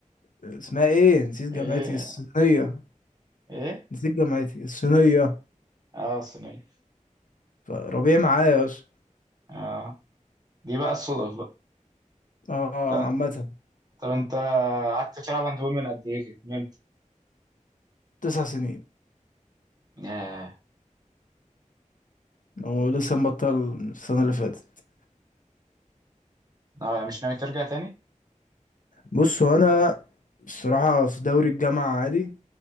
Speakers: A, on the left (about 75°); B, on the right (about 30°).
A: اسمها ايه نسيت
B: ايه
A: جامعتي الصينيه
B: ايه
A: نسيت جامعتي الصينيه
B: اه صينيه
A: فربيع معايا اصلا
B: اه دي بقى الصدف بقى
A: اه اه
B: طب,
A: عامة
B: طب انت قعدت تلعب هاندبول من قد ايه كده من امتى
A: تسع سنين
B: آه.
A: ولسه مبطل السنة اللي فاتت
B: آه، مش ناوي ترجع تاني
A: بص هو أنا الصراحة في دوري الجامعة عادي